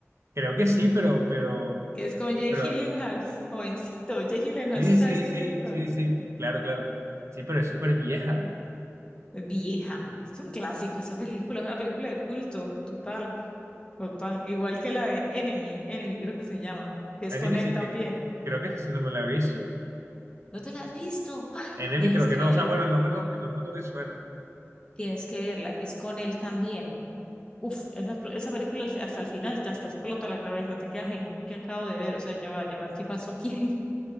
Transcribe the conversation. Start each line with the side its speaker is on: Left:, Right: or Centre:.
Right: Creo que sí, pero, pero,
Left: Que es con Jake
Right: pero,
Left: Gyllenhaal, jovencito. Jake Gyllenhaal,
Right: sí,
Left: ¿sí sabes
Right: sí,
Left: quién
Right: sí,
Left: es ese actor?
Right: sí, sí, claro, claro. Sí, pero es súper vieja.
Left: Vieja. Es un clásico esa película, es una película de culto, total, total. Igual que la de Enemy, Enemy creo que se llama, que es
Right: Enemy
Left: con él
Right: sí
Left: también.
Right: que, creo que esa sí no me la he visto.
Left: ¿No te la has visto? ¡Ah!
Right: Enemy
Left: Tienes
Right: creo
Left: que
Right: que no,
Left: verla,
Right: o sea, bueno, el nombre no, el nombre no me suena.
Left: tienes que verla, es con él también. Uf, esa, esa película al fi- hasta el final te hasta explota la cabeza, te quedas en, ¿qué acabo de ver? O sea, ya va, ya va, ¿qué pasó aquí?